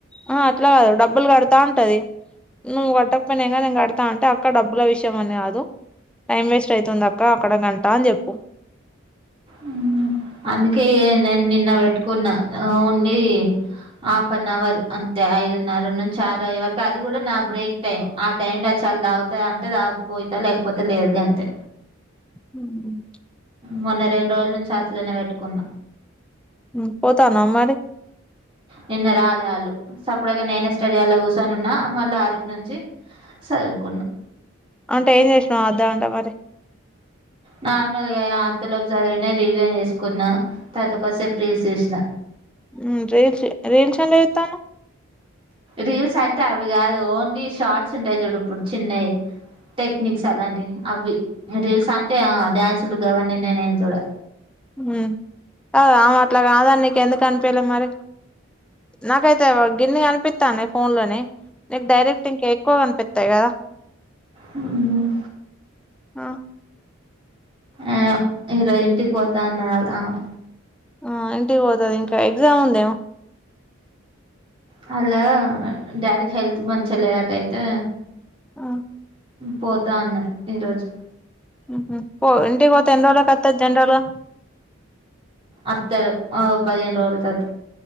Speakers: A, in the centre; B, on the right (about 25°).
A: ఆహా అట్లా కాదు డబ్బులు కడతా అంటది నువ్వు కట్టకపోయినా ఏం కాదు నేన్ కడతా అంటే అక్క డబ్బుల విషయం అని కాదు టైం వేస్ట్ అయితంది అక్క అక్కడ గంట అని చెప్పు
B: ఉమ్ అందుకే ఏ నేను నిన్న పెట్టుకున్న ఓన్లీ హాఫ్ అన్ అవర్ అంతే ఐదున్నర నుంచి ఆరు అయ్యే వరకు అది కూడా నా బ్రేక్ టైం ఆ టైం లో చాలు దాగుతా అంటే దా పోతా లేకపోతే లేదు గంతే
A: హమ్
B: మొన్న రెండ్రోజుల నుంచి అట్లనే పెట్టుకున్న
A: హమ్ పోతున్నావా మరి
B: నిన్న రాలే ఆళ్లు చప్పుడు చెయ్యక నేనే స్టడి హాల్ లో కూర్చొని న్నా మళ్ళ అరిటి నుంచి సదువుకున్నా
A: అంటే ఏం చేసినావు ఆ అర్ధ్ గంట మరి
B: నార్మల్గా అంతలో సదివిన రివిజన్ చేసుకున్నా తరువాత కొంసేపు రీల్స్ చూసినా
A: హ్మ్మ్ రీల్స్ రీల్స్ ఎండ్ల సుత్తన్నావ్
B: రీల్స్ అంటే అవి కాదు ఓన్లీ షార్ట్స్ ఉంటాయి చూడు ఇప్పుడు చిన్నయి టెక్నిక్స్ అలాంటివి అవి రీల్స్ అంటే ఆ డ్యాన్సులు అవన్నీ నేనేం చూడ
A: హమ్ కాదు ఆమె అట్లా కాదాని నీకు ఎందుకు అనిపియాలే మరి నాకైతే గిన్ని కనిపితన్నై ఫోన్ లనే నీకు డైరెక్ట్ ఇంకా ఎక్కువ కనిపితై కదా
B: హమ్
A: ఆ,
B: ఏమో ఈరోజ్ ఇంటికి పోతా అన్నాది ఆమె
A: ఆ ఇంటికి పోతుది ఇంకా ఎగ్జామ్ ఉందేమో
B: వాళ్ళ డాడీకి హెల్త్ మంచిగా లేదట అయితే
A: ఆ
B: పోతా అన్నది ఈరోజు
A: ఉహుమ్ పో ఇంటిికిపోతే ఎన్ని రోజులకు వస్తది జనరల్గ
B: అత్తరు ఓ పదిహేను రోజలు తరువాత